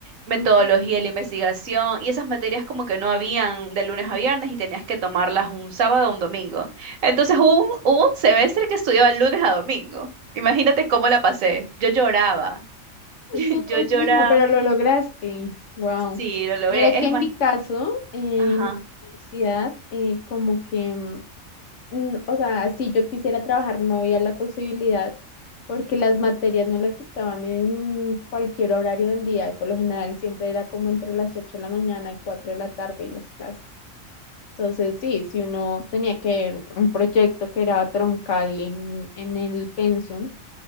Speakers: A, on the right; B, on the left.
A: metodología
B: Ujú.
A: de la investigación, y esas materias como que no habían de lunes a viernes y tenías que tomarlas un sábado o un domingo. Entonces hubo un, hubo un semestre que estudiaba lunes a domingo. Imagínate cómo la pasé. Yo lloraba. <laughs>
B: Te
A: Yo
B: imagino,
A: lloraba.
B: pero lo lograste. Wow.
A: Sí, lo logré.
B: Mira que
A: Es
B: en
A: más,
B: mi caso, en
A: ajá,
B: mi universidad, eh, como que, mm, mm, o sea, si yo quisiera trabajar no había la posibilidad porque las materias no las dictaban en cualquier horario del día y por lo general siempre era como entre las 8 de la mañana y 4 de la tarde y las clases. Entonces, sí, si uno tenía que ver un proyecto que era troncal en, en el pensum,